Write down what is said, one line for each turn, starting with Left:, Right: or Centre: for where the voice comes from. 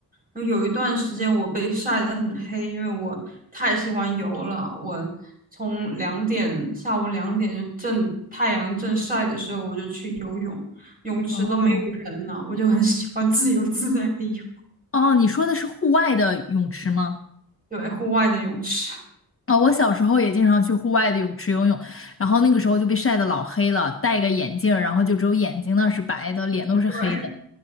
Right: 然后有一段时间我被晒得很黑，因为我太喜欢游了。我从两点下午两点就正太阳正晒的时候，我就去游泳，泳池都没有人了，
Left: 哦
Right: 我就很喜欢自由自在的游，
Left: 哦，你说的是户外的泳池吗？
Right: 对，户外的泳池。
Left: 哦，我小时候也经常去户外的泳池游泳，然后那个时候就被晒得老黑了，戴个眼镜儿，然后就只有眼睛那是白的，脸都是黑的。
Right: 对，